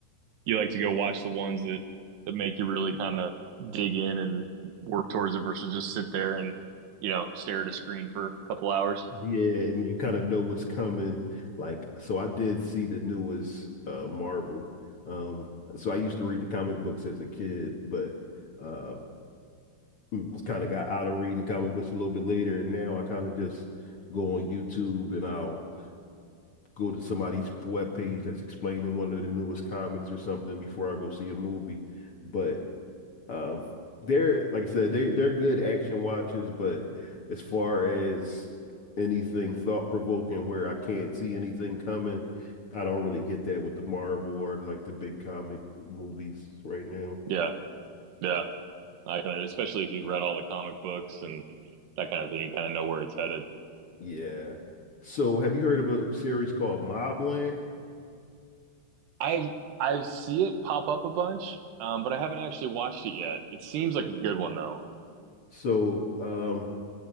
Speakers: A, on the right (about 80°); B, on the left (about 40°).
A: you like to go watch the ones that that make you really kind of dig in and work towards it versus just sit there and you know stare at a screen for a couple hours.
B: Yeah, and you kind of know what's coming. Like, so I did see the newest uh, Marvel. Um, so I used to read the comic books as a kid, but uh, mm, it's kind of got out of reading the comic books a little bit later. And now I kind of just go on YouTube and I'll go to somebody's webpage that's explaining one of the newest comics or something before I go see a movie. But Um, they're like I said, they they're good action watches, but as far as anything thought provoking where I can't see anything coming, I don't really get that with the Marvel or like the big comic movies right now.
A: Yeah, yeah. I kind of, especially if you've read all the comic books and that kind of thing, you kind of know where it's headed.
B: Yeah. So have you heard of a series called Mobland?
A: I I see it pop up a bunch, um, but I haven't actually watched it yet. It seems like a good one though.
B: So um